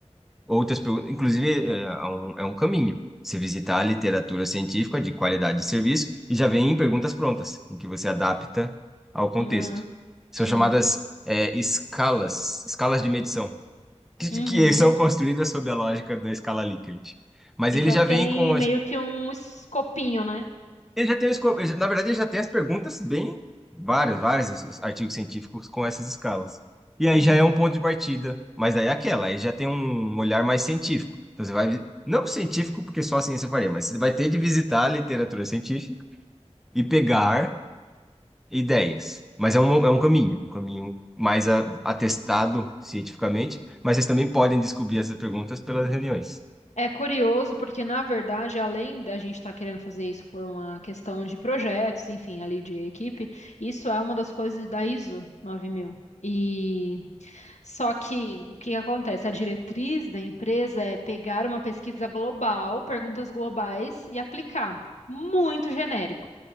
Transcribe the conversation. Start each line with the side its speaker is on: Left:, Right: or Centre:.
Centre: Outras, perguntas- inclusive, é é um, é um caminho. Você visitar a literatura científica de qualidade de serviço e já vem em perguntas prontas, em que você adapta ao contexto.
Left: Ah,
Centre: São
Left: sim.
Centre: chamadas, é, escalas, escalas de medição, <laughs> que,
Left: Uhum.
Centre: que são construídas sob a lógica da escala Likert. Mas
Left: E
Centre: ele
Left: já
Centre: já
Left: tem
Centre: vem com,
Left: meio que um escopinho, né?
Centre: ele já tem, o esco- ele já- na verdade, ele já tem as perguntas bem várias, várias os, os artigos científicos com essas escalas. E aí
Left: Uhum.
Centre: já é um ponto de partida, mas aí é aquela, aí já tem um olhar mais científico. Então você vai, vi- não científico, porque só a ciência faria, mas você vai ter de visitar a literatura científica e pegar ideias. Mas é um, é um caminho, um caminho mais a- atestado cientificamente, mas vocês também podem descobrir essas perguntas pelas reuniões.
Left: É curioso porque, na verdade, além da gente estar querendo fazer isso por uma questão de projetos, enfim, ali de equipe, isso é uma das coisas da ISO 9000. E Só que o que acontece? A diretriz da empresa é pegar uma pesquisa global, perguntas globais e aplicar. Muito genérico.